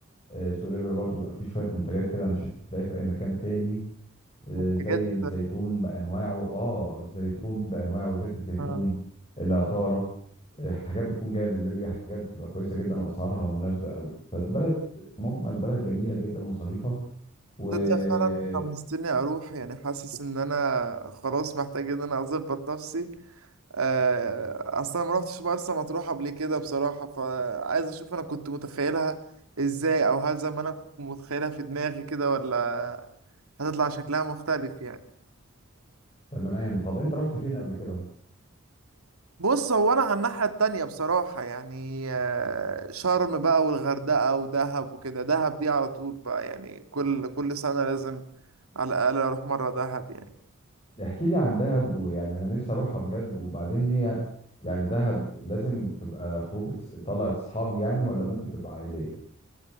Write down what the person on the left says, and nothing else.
آه، سوق ليبيا برضو بقى فيه شوية منتجات كده مش هتلاقيها في أي مكان تاني آه، زي
الزيتون بأنواعه اه الزيتون بأنواعه زيت الزيتون
العطارة آه، حاجات بتكون جاية من ليبيا حاجات بتبقى كويسة جدا وأسعارها مناسبة قوي فالبلد مجمل بلد جميلة جدا وظريفة وتمام
طب أنت رحت فين قبل كده؟
احكي لي عن دهب ويعني أنا نفسي أروحها بجد وبعدين هي يعني دهب لازم تبقى خروجة طلعت أصحابي يعني ولا ممكن تبقى عائلية؟